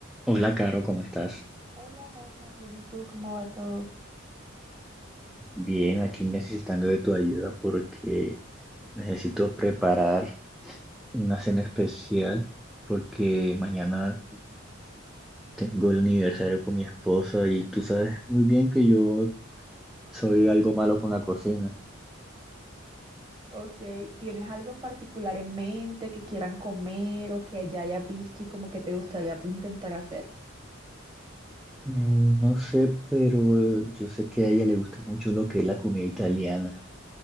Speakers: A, in the centre; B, on the right.
A: Hola, Caro, ¿cómo estás?
B: Hola, Holman, bien, ¿y tú cómo va todo?
A: Bien, aquí necesitando de tu ayuda porque necesito preparar una cena especial porque mañana tengo el aniversario con mi esposa y tú sabes muy bien que yo soy algo malo con la cocina.
B: Ok, ¿tienes algo en particular en mente que quieran comer o que ya hayas visto y como que te gustaría pues, intentar hacer?
A: Mm, No sé, pero eh, yo sé que a ella le gusta mucho lo que es la comida italiana.